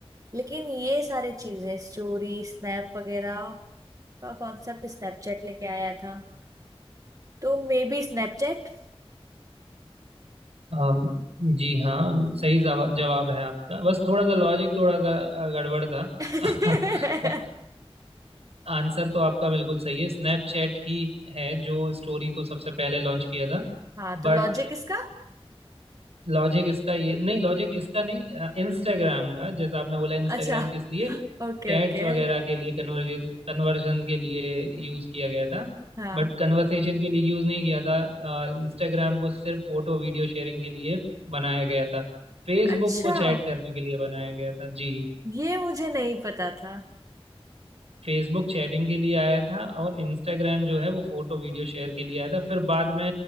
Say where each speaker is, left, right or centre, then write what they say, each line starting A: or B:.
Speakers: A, on the right; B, on the right.
A: लेकिन ये सारे चीजें स्टोरी स्नैप वगैरह का कॉन्सेप्ट स्नैपचैट लेके आया था तो मे बी स्नैपचैट
B: हम जी हाँ सही जवा- जवाब है आपका बस थोड़ा सा लॉजिक थोड़ा सा अ, गड़बड़ था
A: <laughs>
B: <laughs> आंसर तो आपका बिल्कुल सही है स्नैपचैट ही है जो स्टोरी को सबसे पहले लॉन्च किया था
A: हाँ तो
B: बट
A: लॉजिक इसका
B: लॉजिक इसका ये नहीं लॉजिक इसका नहीं इंस्टाग्राम का जैसा आपने बोला इंस्टाग्राम
A: अच्छा
B: किस लिए
A: Okay
B: चैट्स
A: okay
B: वगैरह के लिए कन्वर्जे कन्वर्जन के लिए यूज़ किया गया था
A: हाँ
B: बट कन्वर्सेशन के लिए यूज़ नहीं किया था इंस्टाग्राम को सिर्फ फोटो वीडियो शेयरिंग के लिए बनाया गया था फेसबुक
A: अच्छा
B: को चैट करने के लिए बनाया गया था जी
A: ये मुझे नहीं पता था
B: फेसबुक चैटिंग के लिए आया था और इंस्टाग्राम जो है वो फोटो वीडियो शेयर के लिए आया था फिर बाद में